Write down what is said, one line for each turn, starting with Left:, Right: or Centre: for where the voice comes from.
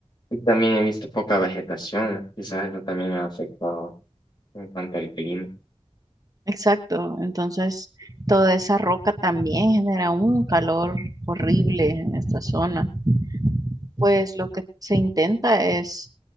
Left: y también he visto poca vegetación, quizás eso también ha afectado en cuanto al clima.
Right: Exacto, entonces toda esa roca también genera un calor horrible en esta zona. Pues lo que se intenta es